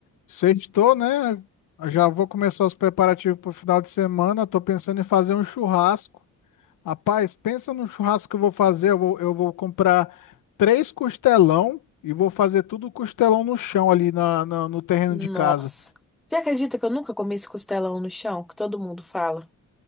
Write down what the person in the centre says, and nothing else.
Nossa.
Você acredita que eu nunca comi esse costelão no chão, que todo mundo fala?